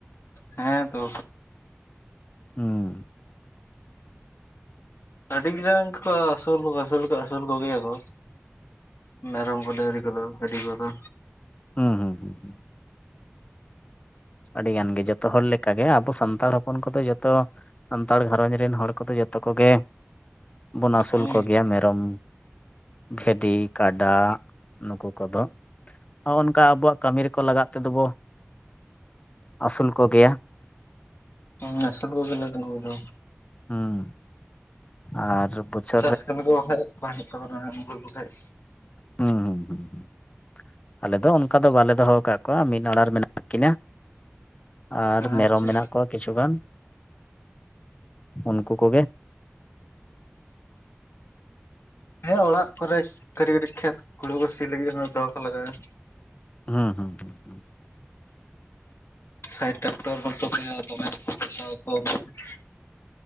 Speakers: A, on the left (about 65°); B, on the left (about 30°).
A: ᱦᱮᱸ ᱛᱚ
B: <unintelligible> ᱦᱩᱸ
A: ᱟᱹᱰᱤᱡ ᱜᱟᱝ ᱠᱚ ᱟᱹᱥᱩᱞ ᱠᱚᱠᱚ ᱟᱹᱥᱩᱞ ᱠᱚ ᱟᱹᱥᱩᱞ ᱠᱚᱜᱮᱭᱟᱠᱚ, ᱢᱮᱨᱚᱢ ᱠᱚ ᱰᱟᱺᱜᱽᱨᱤ ᱠᱚᱫᱚ ᱟᱹᱰᱤ ᱠᱚᱫᱚ
B: ᱦᱩᱸ ᱦᱩᱸ ᱦᱩᱸ ᱦᱩᱸ ᱟᱹᱰᱤᱜᱟᱱ ᱜᱮ ᱡᱚᱛᱚ ᱦᱚᱲ ᱞᱮᱠᱟᱜᱮ ᱟᱵᱚ ᱥᱟᱱᱛᱟᱲ ᱦᱚᱯᱚᱱ ᱠᱚᱫᱚ ᱡᱚᱛᱚ ᱥᱟᱱᱛᱟᱲ ᱜᱷᱟᱨᱚᱸᱡᱽ ᱨᱤᱱ ᱦᱚᱲ ᱠᱚᱫᱚ ᱡᱚᱛᱚ ᱠᱚᱜᱮ ᱵᱚᱱ ᱟᱥᱩᱞ
A: ᱦᱩᱸ
B: ᱠᱚᱜᱮᱭᱟ ᱢᱮᱨᱚᱢ᱾ ᱜᱷᱮᱰᱤ ᱠᱟᱰᱟᱜ ᱱᱩᱠᱩ ᱠᱚᱫᱚ ᱚᱼ ᱚᱱᱠᱟ ᱟᱵᱚᱣᱟᱜ ᱠᱟᱹᱢᱤ ᱨᱮᱠᱚ ᱞᱟᱜᱟᱜ ᱛᱮᱫᱚ ᱵᱚ ᱟᱥᱩᱞ ᱠᱚᱜᱮᱭᱟ,
A: ᱦᱩᱸ ᱟᱹᱥᱩᱞ ᱠᱚᱜᱮᱞᱮ <inaudible> ᱫᱚ
B: ᱦᱩᱸ ᱟᱨ ᱵᱩᱡᱷᱟᱹᱜ
A: ᱪᱟᱥ ᱠᱟᱹᱢᱤ ᱫᱚ ᱵᱟᱠᱷᱟᱡ ᱵᱟᱝ ᱦᱮᱡ ᱛᱟᱵᱚᱱᱟ ᱱᱩᱠᱩ ᱠᱚ ᱴᱷᱮᱡ᱾
B: ᱦᱩᱸ ᱦᱩᱸ ᱦᱩᱸ ᱦᱩᱸ ᱟᱞᱮ ᱫᱚ ᱚᱱᱠᱟ ᱫᱚ ᱵᱟᱞᱮ ᱫᱚᱦᱚ ᱟᱠᱟᱜ ᱠᱚᱣᱟ ᱢᱤᱫ ᱚᱲᱟᱨᱮ ᱢᱮᱱᱟᱜ ᱠᱤᱱᱟ᱾ ᱟᱨ ᱢᱮᱨᱚᱢ
A: ᱟᱪᱪᱷᱟ
B: ᱢᱮᱱᱟᱜ ᱠᱚᱣᱟ ᱠᱤᱪᱷᱩᱜᱟᱱ ᱩᱱᱠᱩ ᱠᱚᱜᱮ᱾
A: ᱦᱮᱸ ᱚᱲᱟᱜ ᱠᱚᱨᱮᱡᱽ ᱠᱟᱹᱴᱤᱡ ᱠᱟᱹᱴᱤᱡ ᱠᱷᱮᱛ ᱦᱩᱲᱩ ᱠᱚ ᱥᱤ ᱞᱟᱹᱜᱤᱫ ᱦᱚ ᱫᱚᱦᱚ ᱠᱚ ᱞᱟᱜᱟᱜᱼᱟ᱾
B: ᱦᱩᱸ ᱦᱩᱸ ᱦᱩᱸ ᱦᱩᱸ
A: ᱥᱟᱭ ᱴᱟᱠᱴᱚᱨ ᱵᱟᱝᱠᱳ ᱠᱚᱥᱤ, ᱫᱚᱢᱮ <unintelligible>